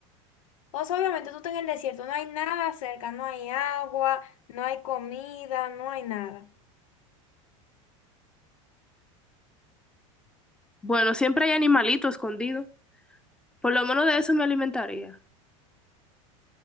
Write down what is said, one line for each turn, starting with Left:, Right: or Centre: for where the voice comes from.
Left: O sea, obviamente tú estás en el desierto, no hay nada cerca, no hay agua, no hay comida, no hay nada
Centre: Bueno, siempre hay animalito escondido. Por lo menos de eso me alimentaría.